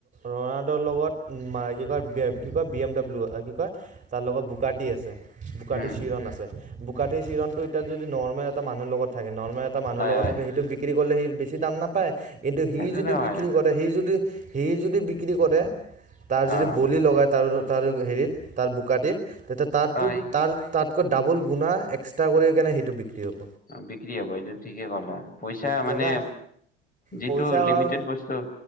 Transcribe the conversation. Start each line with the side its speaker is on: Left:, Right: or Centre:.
Right: ৰণাল্ডৰ লগত কয় কি কয় বি এম ডাব্লিউ কি কয় তাৰ লগত বোকাটি আছে বোকাটি
Left: উম
Right: চিৰণ আছে। বোকাটি চিৰণটো এতিয়া যদি নৰ্মেল এটা মানুহ লগত থাকে না । নৰ্মেল এটা মানুহৰ
Left: হয়
Right: লগ
Left: হয়
Right: থাকে সেইটো বিক্ৰী কৰিলে সি বেছি দাম নাপায়। কিন্তু সি
Left: সেইটোতো
Right: যদি
Left: হয়
Right: বিক্ৰী কৰে সি যদি সি যদি বিক্ৰী কৰে তাৰ যদি
Left: অ
Right: বলি লগায় তাৰ তাৰ হেৰিত তাৰ বোকাটিত তেতিয়া তাৰ
Left: হয়
Right: তো তাৰ তাত কৈ ডাবল গুণা এক্সট্ৰা কৰি কেনে সেইটো বিক্ৰী হ'ব
Left: বিক্ৰী হ'ব এইটো ঠিকে কলা পইচা
Right: কিয়
Left: মানে
Right: কা
Left: যিটো
Right: পইচা
Left: লিমিটেড
Right: হ'ল
Left: বস্তু